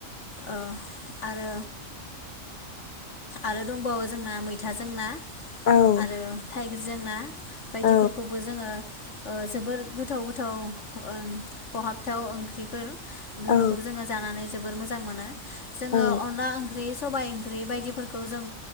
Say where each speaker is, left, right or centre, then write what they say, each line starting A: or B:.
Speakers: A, on the left (about 60°); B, on the left (about 40°).
A: ओ आरो आरो दंबावो जोंना मैथाजों ना।
B: औ
A: आरो थाइगिरजों ना। बायदिफोरखौबो
B: औ
A: जोङो ओ जोबोर गोथाव गोथाव ओ खहाबथाव ओंख्रिफोर गोहोखौ
B: औ
A: जोङो जानानै जोबोर मोजां मोनो। जोङो
B: औ
A: अनला ओंख्रि सबाइ ओंख्रि बायदिफोरखौ जों